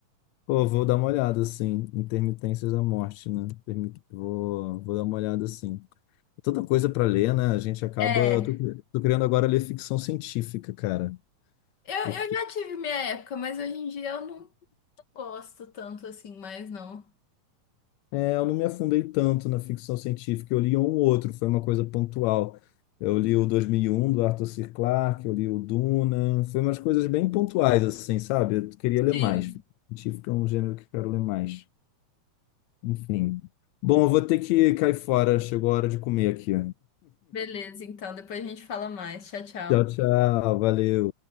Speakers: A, on the left; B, on the left.
A: Pô, vou dar uma olhada, assim, Intermitências da Morte, né? Permi- Vou, vou dar uma olhada, assim. Tanta coisa para ler, né? A gente acaba...
B: É,
A: Tô, tô querendo agora ler ficção científica, cara.
B: eu, eu
A: Porque
B: já tive minha época, mas hoje em dia eu não, gosto tanto assim mais, não.
A: é, eu não me afundei tanto na ficção científica. Eu li um ou outro, foi uma coisa pontual. Eu li o 2001 do Arthur C. Clarke, eu li o Duna. Foi umas coisas bem pontuais, assim, sabe? Eu queria ler
B: Sim,
A: mais. Ficção científica é um gênero que eu quero ler mais. Enfim. Bom, eu vou ter que cair fora. Chegou a hora de comer aqui.
B: beleza, então depois a gente fala mais. Tchau, tchau.
A: Tchau, tchau. Valeu.